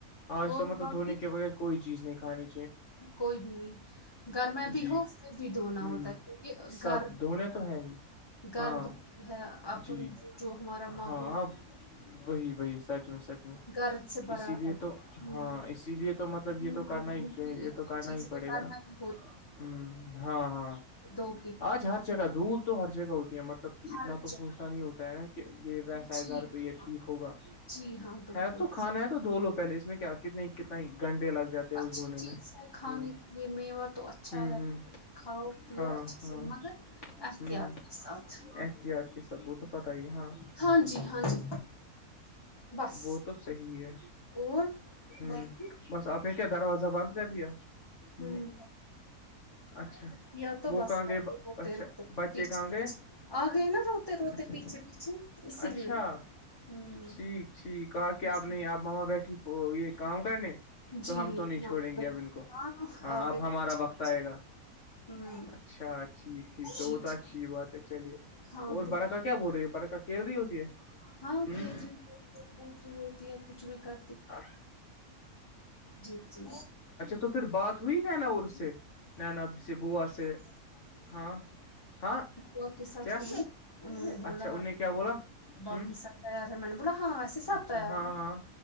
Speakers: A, on the left (about 55°); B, on the left (about 15°).
A: آج
B: اور
A: تو مطلب
B: باقی
A: دھونے کے بغیر کوئی چیز نہیں کھنی
B: کوئی بھی نہیں گھر میں بھی
A: جی
B: ہو پھر بھی دھونا
A: ہ
B: ہوتا ہے کیونکہ
A: سب
B: گھر
A: دنے تو ہے ہی
B: گرد
A: ہاں
B: ہے اپن
A: جی
B: جو ہمارا ماحول
A: ہاں وہی وہی سچ میں سچ میں
B: گرد سے بھرا
A: اسی لیے
B: ہے
A: تو
B: ہوں،
A: ہاں اسی لیے تو مطلب یہ
B: بالکل،
A: تو کرنا ہیاہ
B: مٹی کی
A: یہ تو کرنا
B: چیزیں
A: ہی پڑے
B: گھر
A: گا نا
B: میں بھی
A: ہ ہاں ہاں
B: دو
A: آج ہر جگہ دھول تو ہر جگہ ہوتی ہے مطلب کہ
B: ہر
A: اتنا تو
B: جگہ
A: سوچنا نہیں ہوتا ہے ن کہ یہ ویسا ہے
B: جی
A: گھر پہ یہ
B: ہاں
A: ٹھیک ہوگا
B: جی ہاں بالکل
A: ہے تو کھانا
B: صحیح
A: ہے تو دھو لو پہلے اس میں کیا کتنے کتنا گھنٹے لگ جاتے ہیں
B: اچھی
A: اس دھونے
B: چیز
A: میں
B: ہے کھانے
A: ہ
B: کے لیے میوہ تو اچھا
A: ہ ہ
B: ہے کھاؤ پیو
A: ہاں
B: اچھل
A: ہاں
B: مگر احتیاط
A: ہوں
B: گس اد
A: احتیاط کے ساتھ وہ تو پتہ ہی ہاں
B: ہاں جی ہاں جی بس
A: وہ تو صحیح ہے
B: اور
A: ہوں
B: باقی
A: بس آپ نے کیا دروازہ بند کر دیا ہ
B: ہوں
A: اچھا
B: یا تو
A: وہ
B: بس
A: کہاں
B: آ گئے روتے
A: اچھا
B: روتے
A: بچے
B: پیچھے
A: کہاں
B: پیچھے
A: گئے
B: آ گئے نا روتے روتے
A: اچھا
B: پیچھے پیچھے اسی
A: اچھا
B: لیے ہوں
A: ٹھیک ٹھیک کہاں کہ
B: جی
A: آپ نہیں آپ ماما بیٹھی وہ یہ کام کرنے تو
B: جی
A: ہم تو نہیں
B: ہاں
A: چھوڑیں
B: بالکل
A: گے اب ان کو
B: ہاں
A: ہاں
B: آ
A: اب
B: گئے
A: ہمارا
B: پیچھے۔
A: وقت آئے گا
B: ہوں
A: اچھا ٹھیک ٹھیک تو
B: جی
A: اوت
B: جی
A: چ بات ہے چلیے
B: ہاں
A: اور
B: بالکل
A: برقا کیا بول رہی ہے برقا کھیل رہی ہوتی ہے
B: ہاں کھیل
A: ہ
B: ہوتی ہوتی ہے کچھ بھی کر
A: آ
B: جی جی
A: تو پھر بات ہوئی نینا اور سے نینا سے بوا سے ہاں ہاں
B: ہو کے ساتھ
A: کیا
B: ہوئی انہوں نے بولا
A: اچھا ان نے کیا بولا
B: باقی
A: ہ
B: سب تیار ہے م بولا ہاں ویسے سب
A: اچھا
B: تیار
A: ہاں
B: ہے
A: ہاں